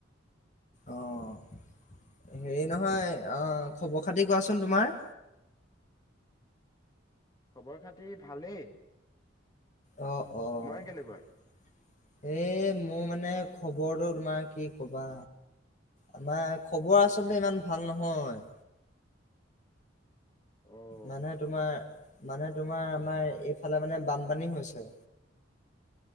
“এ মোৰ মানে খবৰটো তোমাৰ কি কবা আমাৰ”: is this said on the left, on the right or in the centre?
Left